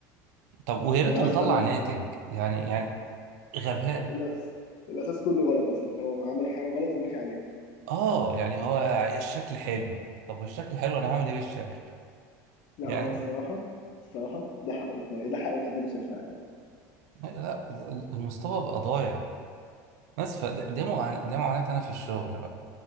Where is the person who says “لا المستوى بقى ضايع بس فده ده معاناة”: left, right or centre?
Right